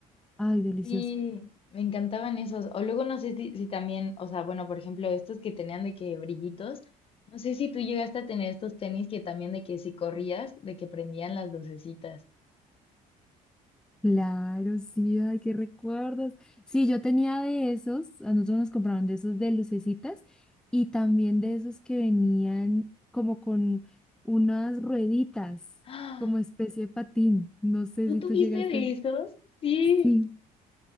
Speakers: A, in the centre; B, on the left.
A: Ay, delicioso.
B: Sí, me encantaban esos. O luego no sé si, si también, o sea, bueno, por ejemplo, estos que tenían de que brillitos, no sé si tú llegaste a tener estos tenis que también de que si corrías, de que prendían las lucecitas.
A: Claro, sí, ay, qué recuerdos. Sí, yo tenía de esos, a nosotros nos compraban de esos de lucecitas y también de esos que venían como con unas rueditas,
B: <gasps> ¡Ah!
A: como especie de patín. No sé
B: ¿Tú
A: si
B: tuviste
A: tú llegaste.
B: de estos? Sí.
A: Sí.